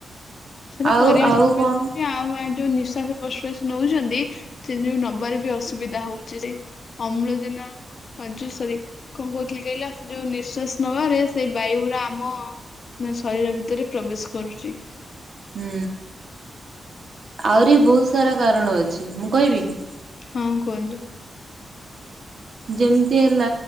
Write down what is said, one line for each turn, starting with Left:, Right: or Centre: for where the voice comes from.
Left: ସେଡା
Right: ଆଉ
Left: ପରିବେଶରେ
Right: ଆଉ
Left: ମି
Right: କଣ?
Left: <unintelligible> ଆଉ ଏ ଯୋ ନିଶ୍ୱା ପ୍ରଶ୍ୱାସ ନଉଛନ୍ତି ସେ ଯୁ ନବାରେ ବି ଅସୁବିଧା ହଉଚି ସେ ଅମ୍ଳଜାନ ପାଞ୍ଚ ସରି କଣ କହୁଥିଲି କହିଲ ଯୋ ନିଶ୍ୱାସ ନବାରେ ସେଇ ବାୟୁ ଗୁଡା ଆମ ନା ଶରୀର ଭିତରେ ପ୍ରବେଶ କରୁଛି।
Right: ହୁଁ ଆଉରି ବହୁତ ସାରା କାରଣ ଅଛି ମୁଁ କହିବି କି?
Left: ହଁ କୁହନ୍ତୁ।
Right: ଯେମ୍ତି ହେଲା